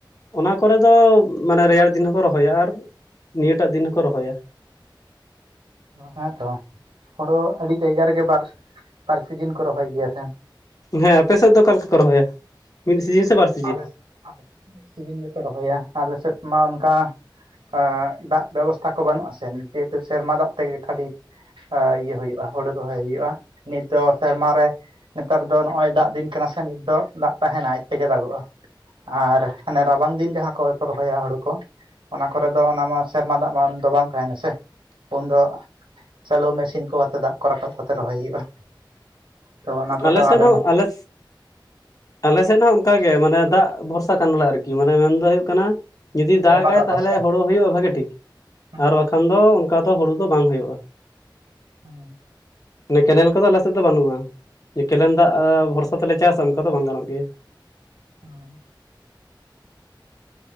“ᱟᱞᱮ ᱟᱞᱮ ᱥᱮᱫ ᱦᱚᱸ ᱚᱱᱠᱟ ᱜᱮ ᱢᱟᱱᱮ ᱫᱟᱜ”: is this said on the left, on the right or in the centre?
Left